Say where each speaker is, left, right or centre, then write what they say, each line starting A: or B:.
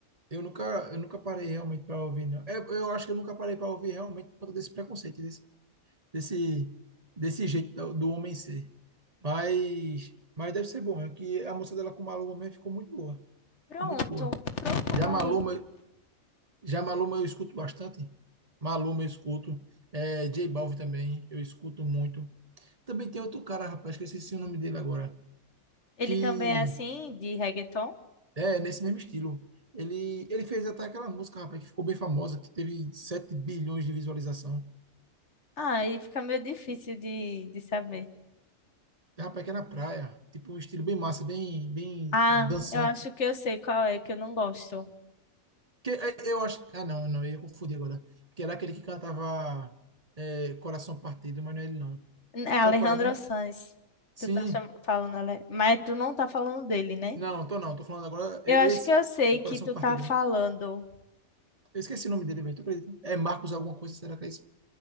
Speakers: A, on the right; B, on the left.
A: Eu nunca, eu nunca parei realmente para ouvir, não. É, eu acho que eu nunca parei para ouvir realmente por conta desse preconceito, desse, desse, desse jeito do, do homem ser. Mas, mas deve ser bom, é que a música dela com o Maluma mesmo ficou muito boa.
B: Pronto,
A: Ficou muito boa.
B: procura
A: Já Maluma,
B: aí.
A: Já Maluma eu escuto bastante. Maluma eu escuto. É, J Balvin também eu escuto muito. Também tem outro cara, rapaz, que eu esqueci o nome dele agora.
B: Ele
A: Que
B: também é assim, de reggaeton?
A: é nesse mesmo estilo. Ele, ele fez até aquela música, rapaz, que ficou bem famosa, que teve 7 bilhões de visualização.
B: Ah, aí fica meio difícil de, de saber.
A: É, Rapaz, que é na praia. Tipo um estilo bem massa, bem, bem
B: Ah,
A: dançante.
B: eu acho que eu sei qual é, que eu não gosto.
A: Que, é, eu acho. Ah, não, não, eu ia confundir agora. Que era aquele que cantava é, Coração Partido, mas não é ele não.
B: É Alejandro
A: Sabe qual é, né?
B: Sanz.
A: Sim,
B: Tu tá cham- falando, Ale- mas tu não tá falando dele, né?
A: Não, tô não, tô falando agora
B: Eu
A: e- esse
B: acho que eu
A: que-
B: sei
A: de coração
B: que tu
A: partido.
B: tá falando.
A: Eu esqueci o nome dele, velho, tu acredita? É Marcos alguma coisa, será que é isso?